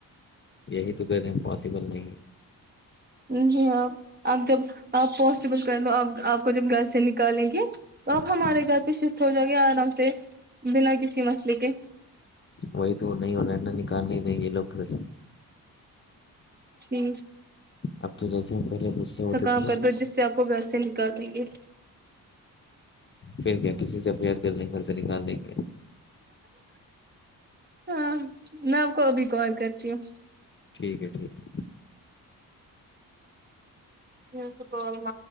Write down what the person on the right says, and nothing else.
جی آپ آپ جب آپ پوسیبل کر لو آپ آپ کو جب گھر سے نکالیں گے تو آپ
ہمارے گھر پہ شفٹ ہو جاؤ گے آرام سے بنا کسی مسلے کے
جٹی
کام
کر دو جس سے آپ کو گھر سے نکال دیں گے
ہاں نو کوب کو کرتی ہوں
نیس کوول م